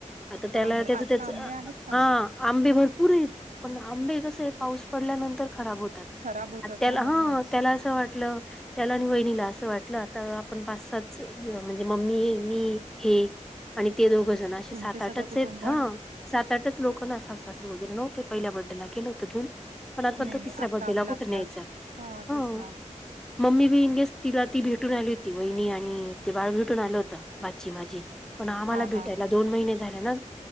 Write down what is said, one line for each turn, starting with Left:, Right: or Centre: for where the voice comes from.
Centre: आता,
Right: पण
Centre: त्याला
Right: आम
Centre: त्याच
Right: आत्ता
Centre: त्याच,
Right: आंबे आहेत का?
Centre: हा, आंबे भरपूरेत. पण आंबे कस, पाऊस पडल्यानंतर खराब होतात.
Right: खराब होतात
Centre: त्याला,
Right: ना
Centre: हा,
Right: म्हणूनच.
Centre: त्याला असं वाट <unintelligible> <inaudible> त्याला आणि वहिणीला असं वाटलं, आता आपण पाच, साच, म्हणजे, मम्मी मी हे आणि ते दोघ जण, असे
Right: तुमचे
Centre: सात, आठच
Right: सगळं कुटुंब
Centre: आहेत, हा, सात आठच लोक ना सासू सासरी वगैरे नव्हते पहिल्या बड्डेला, गेलं होतं घेऊन पण आत <unintelligible>
Right: नाही नाही
Centre: तिसऱ्या
Right: आता
Centre: बड्डेला
Right: आपलं
Centre: कुठे
Right: आपलंच
Centre: न्यायचा? हा.
Right: तेच ना
Centre: मम्मी बी इन केेस तिला ती भेटून आली होती, वहिनी आणि ते बाळ भेटून आलं होतं. भाची माझी, पण आम्हाला
Right: हा
Centre: भेटायला
Right: हा
Centre: दोन महिने झाले ना,